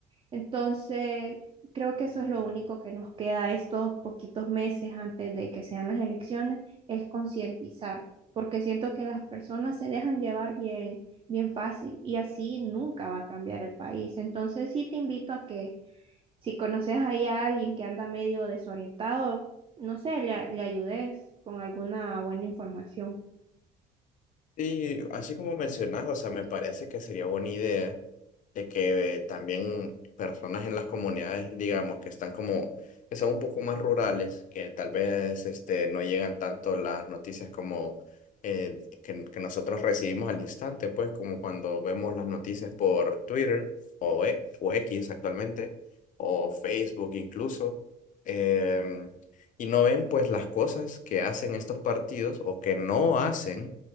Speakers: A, on the right; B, on the left.
A: entonces, creo que eso es lo único que nos queda estos poquitos meses antes de que sean las elecciones, es concientizar, porque siento que las personas se dejan llevar bien, bien fácil y así nunca va a cambiar el país. Entonces, sí te invito a que si conoces ahí a alguien que anda medio desorientado, no sé, le, a- le ayudes con alguna buena información.
B: sí, así como mencionas, o sea, me parece que sería buena idea de que eh, también personas en las comunidades, digamos, que están como, que son un poco más rurales, que tal vez este, no llegan tanto las noticias como eh, que, que nosotros recibimos al instante, pues como cuando vemos las noticias por Twitter o, E- o X actualmente, o Facebook incluso. em, y no ven pues las cosas que hacen estos partidos o que no hacen